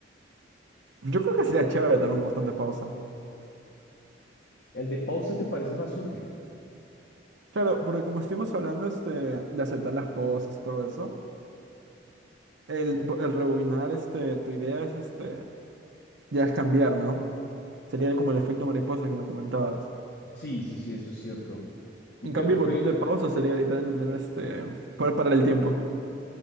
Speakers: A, on the right; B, on the left.
A: yo creo que sería chévere tener un botón de pausa.
B: ¿El de pausa te parece más útil?
A: Claro, porque como estuvimos hablando este, de acertar las cosas, todo eso, el, bo- el rebobinar este, tu idea es este, ya es cambiar, ¿no? Sería como el efecto mariposa que me comentabas.
B: Sí, sí, sí, eso es cierto.
A: En cambio,
B: Pero,
A: el botón
B: pero,
A: de pausa sería literalmente tener este poder parar el tiempo,